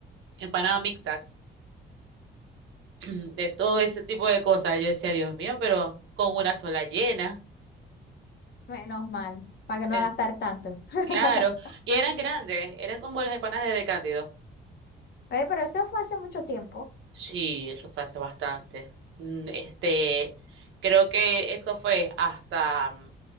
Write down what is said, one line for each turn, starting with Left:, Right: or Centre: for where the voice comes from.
Right: empanadas mixtas, <clears throat> de todo ese tipo de cosas. Yo decía, Dios mío, pero con una sola llena.
Left: menos mal, para que
Right: Eh,
Left: no gastar tanto. <laughs>
Right: claro. Y eran grandes, eran como las empanadas de Cándido.
Left: Oye, pero eso fue hace mucho tiempo.
Right: Sí, eso fue hace bastante. Mm, Este, creo que eso fue hasta, mm,